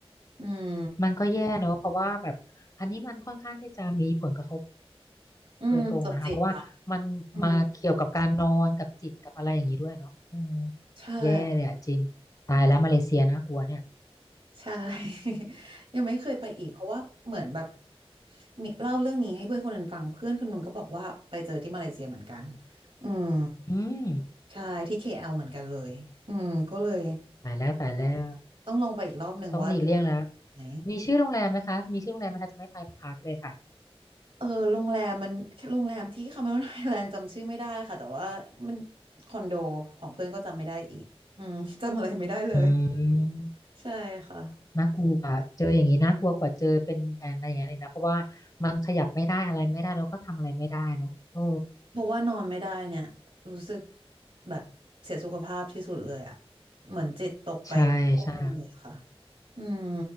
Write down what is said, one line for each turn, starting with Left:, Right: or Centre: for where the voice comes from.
Right: อืม
Left: มันก็แย่เนอะเพราะว่าแบบอันนี้มันค่อนข้างที่จะมีผลกระทบ
Right: อืมจบจิตละ
Left: โดยตรงอะนะคะเพราะว่ามันมาเกี่ยวกับการนอนกับจิตกับอะไรอย่างนี้ด้วยเนาะอืม
Right: อืมใช่
Left: แย่เลยอะจริงตายแล้วมาเลเซียน่ากลัวเนี่ย
Right: ใช่ <laughs> ยังไม่เคยไปอีกเพราะว่าเหมือนแบบมีเล่าเรื่องนี้ให้เพื่อนคนหนึ่งฟังเพื่อนคนหนึงก็บอกว่าไปเจอที่มาเลเซียเหมือนกันอืม
Left: อืม
Right: ใช่ที่ KL เหมือนกันเลยอืมก็เลย
Left: ตายแล้วตายแล้ว
Right: ต้องลองไปอีกรอบหนึ่งว่าจะ
Left: ต้องหลีกเลี่ยงแล้ว
Right: ไหน
Left: มีชื่อโรงแรมไหมคะมีชื่อโรงแรมไหมคะจะไม่ไปพักเลยค่ะ
Right: เออโรงแรมมัน <laughs> โรงแรมที่คาเมรนไอแลนด์จำชื่อไม่ได้ค่ะแต่ว่ามัน <laughs> คอนโดของเพื่อนก็จำไม่ได้อีกอืมจำอะไรไม่ได้เลย
Left: อืม
Right: ใช่ค่ะ
Left: น่ากลัวเจออย่างนี้น่ากลัวกว่าเจอเป็นอะไรอย่างนั้นอีกนะเพราะว่ามันขยับไม่ได้อะไรไม่ได้แล้วก็ทำอะไรไม่ได้เนาะโอ้
Right: เพราะว่านอนไม่ได้เนี่ยรู้สึกแบบเสียสุขภาพที่สุดเลยอ่ะเหมือนจิตตกไปพวกนึงเลยอะค่ะ
Left: ใช่ใช่
Right: อืม